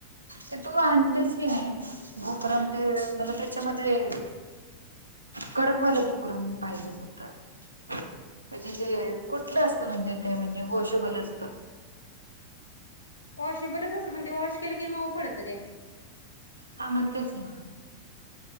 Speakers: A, on the right; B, on the left.
A: ते तू आणतेस की नाही. गोकर्णाम ते मला त्याच्यामध्ये अ. कडकवाला बुकरम पाहिजे होता. म्हणजे जे कुठलं असतं म्हणजे ते म्हणजे वॉशेबल असतं.
B: वॉशेबलच असतं पण ते वॉश केलं की मऊ पडतं ते.
A: हा मग तेच ना